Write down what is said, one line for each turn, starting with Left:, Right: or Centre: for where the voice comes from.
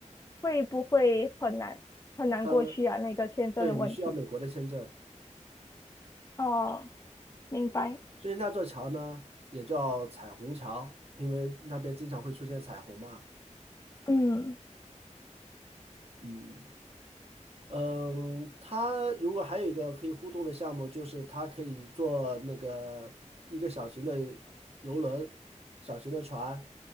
Left: 会不会很难很难过去啊？
Right: 呃，
Left: 那个签证的问题。
Right: 对你需要美国的签证，
Left: 哦，明白。
Right: 所以那座桥呢也叫彩虹桥，因为那边经常会出现彩虹嘛，
Left: 嗯，
Right: 嗯。嗯，它如果还有一个可以互动的项目，就是它可以做那个一个小型的游轮、小型的船，